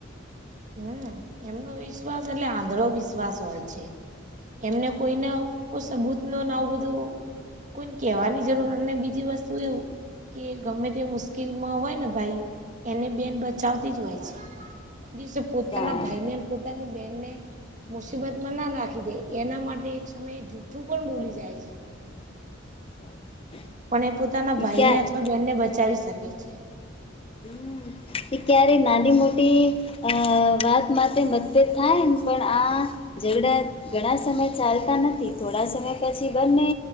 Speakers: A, on the right (about 40°); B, on the left (about 30°).
A: હમ, <unintelligible> એમનો વિશ્વાસ એટલે આંધ્રો વિશ્વાસ હોય છે. એમને કોઈના કોઈ સબૂત નવું બધું કોઈને કેવાની જરૂર ને બીજી વસ્તુ એવું. કે ગમે તે મુશ્કેલમાં હોય ને ભાઈ એને બેન બચાવતી જ હોય છે. દિવસે <unintelligible> પોતાના
B: સારું.
A: ભાઈને અને પોતાની બેહેનને મુસીબતમાં ના નાખી દે એના માટે એક સમયે જૂઠ્ઠું પણ બોલી જાય છે.
B: <inaudible>
A: પણ એ પોતાના ભાઈને
B: ક્યાં
A: અથવા બેનને બચાવી શકે છે.
B: <unintelligible> ક્યારે નાની મોટી અ <unintelligible> વાત માટે મતભેદ થાય ને પણ આ ઝઘડા ઘણા સમય ચાલતા નથી થોડા સમય પછી બંને